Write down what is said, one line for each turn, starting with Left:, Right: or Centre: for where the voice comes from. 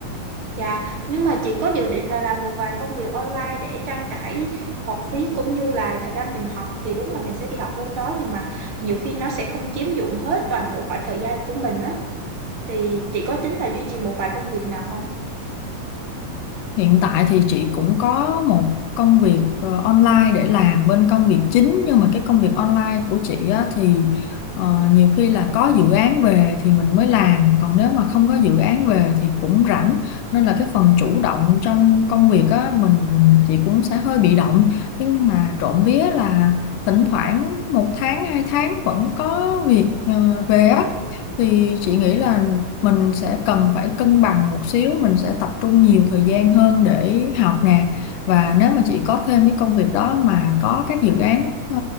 Right: Dạ, nhưng mà chị có dự định là làm một vài công việc online để trang trải học phí cũng như là thời gian mình học thì đúng là mình sẽ đi học bên đó nhưng mà nhiều khi nó sẽ không chiếm dụng hết toàn bộ khoảng thời gian của mình á thì chị có tính là duy trì một vài công việc nào không?
Left: hiện tại thì chị cũng có một công việc ờ, online để làm bên công việc chính nhưng mà cái công việc online của chị á, thì ờ, nhiều khi là có dự án về thì mình mới làm còn nếu mà không có dự án về thì cũng rảnh nên là cái phần chủ động trong công việc á mình chị cũng sẽ hơi bị động nhưng mà trộm vía là thỉnh thoảng một tháng hai tháng vẫn có việc ờ, về á thì chị nghĩ là mình sẽ cần phải cân bằng một xíu mình sẽ tập trung nhiều thời gian hơn để học nè và nếu mà chị có thêm cái công việc đó mà có các dự án ờ,